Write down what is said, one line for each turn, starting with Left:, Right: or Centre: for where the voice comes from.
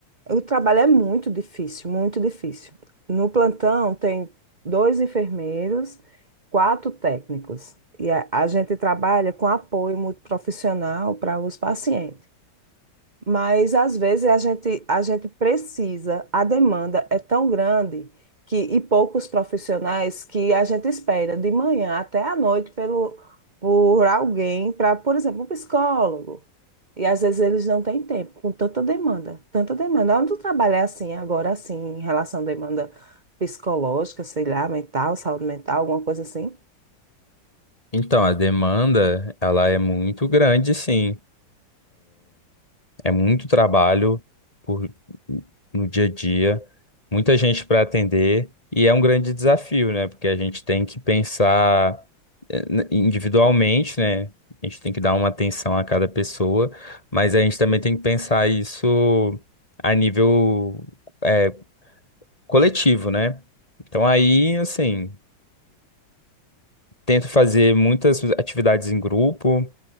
Right: O trabalho é muito difícil, muito difícil. No plantão tem dois enfermeiros, quatro técnicos. E a, a gente trabalha com apoio muito profissional para os pacientes. Mas às vezes a gente, a gente precisa, a demanda é tão grande que, e poucos profissionais que a gente espera de manhã até à noite pelo, por alguém, para, por exemplo, um psicólogo. E às vezes eles não têm tempo, com tanta demanda, tanta demanda. Onde tu trabalha assim, agora assim, em relação à demanda psicológica, sei lá, mental, saúde mental, alguma coisa assim?
Left: Então, a demanda, ela é muito grande, sim. É muito trabalho por, no dia a dia, muita gente para atender, e é um grande desafio, né? Porque a gente tem que pensar eh, n- individualmente, né? A gente tem que dar uma atenção a cada pessoa, mas a gente também tem que pensar isso a nível, eh, coletivo, né? Então aí, assim, tento fazer muitas atividades em grupo.